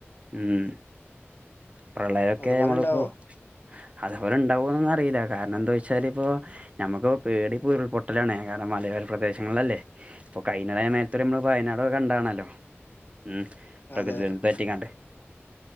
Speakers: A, on the right; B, on the left.
A: ഉം പ്രളയമൊക്കെ
B: അതുപോലെ
A: നമ്മളിപ്പോ
B: ഉണ്ടാവോ
A: അതേപോലെ ഇണ്ടാവൊന്ന് ഒന്നും അറിയില്ല കാരണം എന്താ- എന്ന് വെച്ചാലിപ്പോ നമുക്ക് പേടി ഇപ്പൊ ഉരുൾപൊട്ടലാണ് കാരണം മലയോര പ്രദേശങ്ങളിലല്ലേ ഇപ്പൊ കഴിഞ്ഞ മേലത്ത നമ്മള് വയനാട് ഒക്കെ കണ്ടാണല്ലോ ഉം പ്രകൃതി
B: അതെ
A: തെറ്റിക്കാണ്ട്